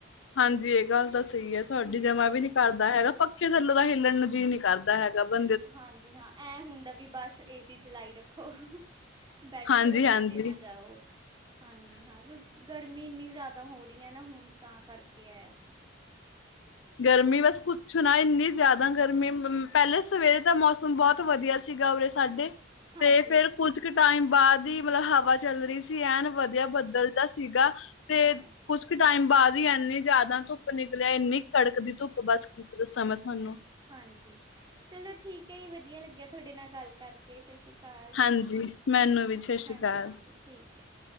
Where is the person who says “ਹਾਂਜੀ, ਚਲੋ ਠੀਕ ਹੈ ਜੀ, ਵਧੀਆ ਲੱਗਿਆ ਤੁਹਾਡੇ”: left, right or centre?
Right